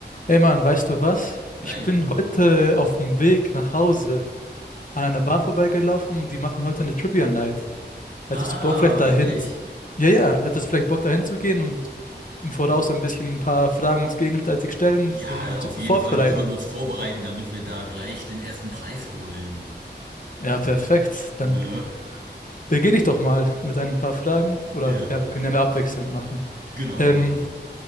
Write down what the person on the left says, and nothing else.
Hey Mann, weißt du was? Ich
bin heute auf dem Weg nach Hause an einer Bar vorbeigelaufen die machen heute eine Trivia Night. Hättest
du Bock vielleicht dahin?
Ja, ja, hättest du vielleicht Bock dahin zu gehen und im Voraus ein bisschen ein paar Fragen uns gegenseitig stellen,
um sie
vorzubereiten?
Ja, perfekt.
Dann beginne ich doch mal mit ein paar Fragen. Oder
ja, wir können ja mehr abwechselnd machen.
Ähm,